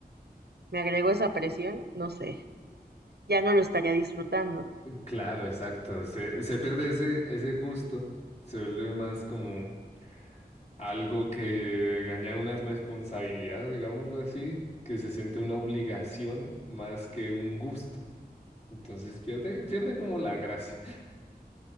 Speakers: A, on the right; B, on the left.
A: me agrego esa presión, no sé, ya no lo estaría disfrutando.
B: Claro, exacto. Se, se pierde ese, ese gusto, se vuelve más como... algo que gana una responsabilidad, digámoslo así, que se siente una obligación más que un gusto. Entonces pierde, pierde como la gracia. <laughs>